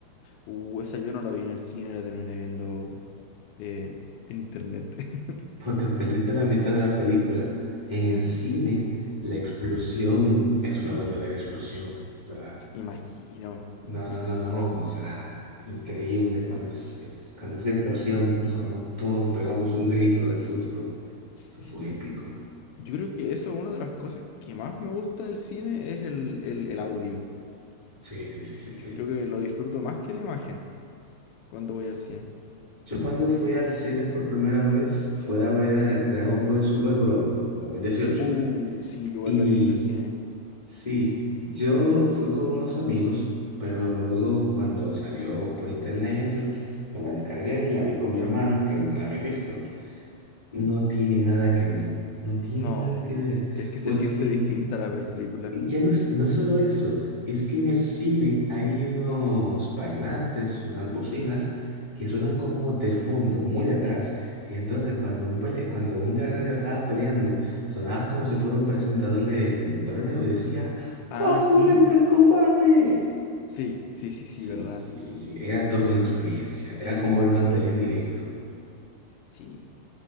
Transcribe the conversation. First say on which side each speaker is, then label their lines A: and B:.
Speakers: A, on the left (about 80°); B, on the left (about 55°).
A: uh, esa yo no la vi en el cine, la terminé viendo eh, en internet. <laughs>
B: Pues te perdiste la mitad de la película. En el
A: Me
B: cine, la explosión es una verdadera explosión. O sea,
A: imagino,
B: No, no,
A: me imagino,
B: no, no, o sea, increíble cuando, se- cuando esa explosión sonó, todos pegamos un grito de susto. Eso
A: sí.
B: fue épico.
A: Yo creo que eso es una de las cosas que más me gusta del cine, es el, el, el audio.
B: Sí, sí, sí, sí, sí.
A: Yo creo que lo disfruto más que la imagen cuando voy al cine.
B: Yo cuando fui al cine por primera vez fue a ver Dragon Ball Super Broly en 2018.
A: Uh, sí, yo igual
B: Y
A: la vi en el cine.
B: sí, yo fui con unos amigos, pero luego cuando salió por internet y eso, me la descargué y la vi con mi hermano que no la había visto. No tiene nada que ver, no tiene
A: No,
B: nada que ver,
A: es que se
B: porque
A: siente distinta la película.
B: ya no es, no es solo eso, es que en el cine hay unos parlantes, unas bocinas que suenan como de fondo, muy detrás, y entonces cuando un, pele- cuando un guerrero estaba peleando, sonaba como si fuera un presentador de, de torneo y decía, Goku
A: Ah, sí,
B: entra en combate.
A: sí, sí, sí,
B: Sí,
A: sí, verdad.
B: sí, sí, sí, era toda una experiencia, era como ver una pelea en directo.
A: Sí.